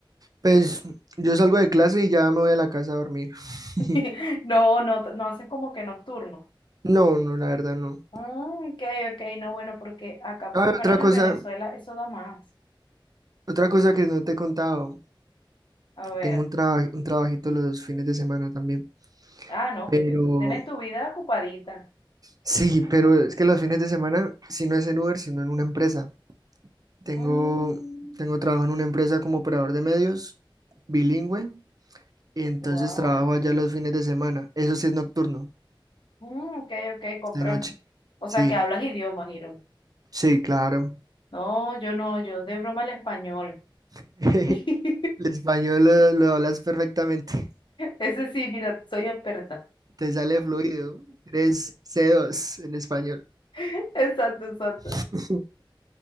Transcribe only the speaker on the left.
<laughs> No, no, no haces como que nocturno.
Mm, ok, ok, no, bueno, porque acá por
lo menos
en Venezuela eso da más.
A ver.
Ah, no,
porque tú tienes tu vida ocupadita.
Mm,
wow.
Mm, ok, ok, comprendo.
O
sea, que hablas idiomas, Hiro.
No, yo no, yo de broma el español.
<laughs>
Ese sí, mira, soy experta.
<laughs> Exacto, exacto.